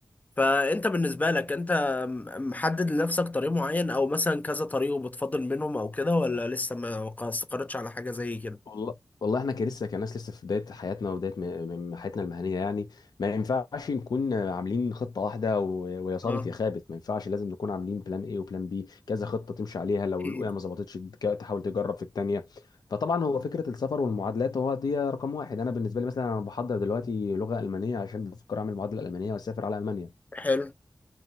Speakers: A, on the left; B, on the left.
A: فانت بالنسبة لك انت م- محدد لنفسك طريق معين او مثلا كذا طريق وبتفضل منهم او كده ولا لسه ما ما استقرتش على حاجة زي كده
B: والله والله احنا كلسه كناس لسه في بدايه حياتنا وبدايه م- م- حياتنا المهنيه يعني ما ينفعش نكون عاملين خطه واحده و- ويا صابت
A: اه
B: يا خابت ما ينفعش لازم نكون عاملين بلان ايه وبلان بي كذا خطه تمشي عليها لو
A: اكيد
B: الاولى ما ظبطتش تك- تحاول تجرب في الثانيه فطبعا هو فكره السفر والمعادلات هو دي رقم واحد انا بالنسبه لي مثلا انا بحضر دلوقتي لغه المانيه عشان بفكر اعمل معادله المانيه واسافر على المانيا
A: حلو